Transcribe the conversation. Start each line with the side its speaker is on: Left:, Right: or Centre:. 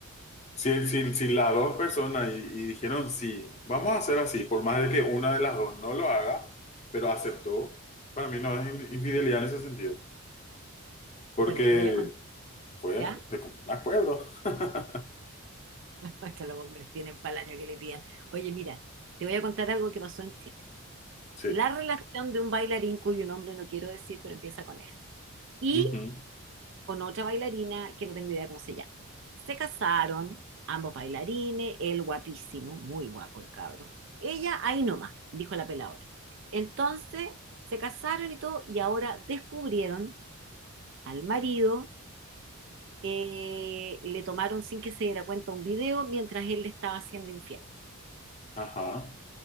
Left: Si, si, si las dos personas y, y dijeron, sí, vamos a hacer así, por más de que una de las dos no lo haga, pero aceptó, para mí no es in- infidelidad en ese sentido. Porque
Right: Bueno, te voy a contar,
Left: Fue
Right: ¿ya?
Left: de común acuerdo. <laughs>
Right: <laughs> Es que los hombres tienen para el año que le pidan. Oye, mira, te voy a contar algo que pasó en Chile.
Left: Sí.
Right: La relación de un bailarín cuyo nombre no quiero decir, pero empieza con F. Y
Left: Ujú.
Right: con otra bailarina que no tengo idea cómo se llama. Se casaron, ambos bailarines, él guapísimo, muy guapo el cabro. Ella ahí nomás, dijo la peladora. Entonces se casaron y todo, y ahora descubrieron al marido, eh, le tomaron sin que se diera cuenta un video mientras él le estaba siendo infiel.
Left: Ajá.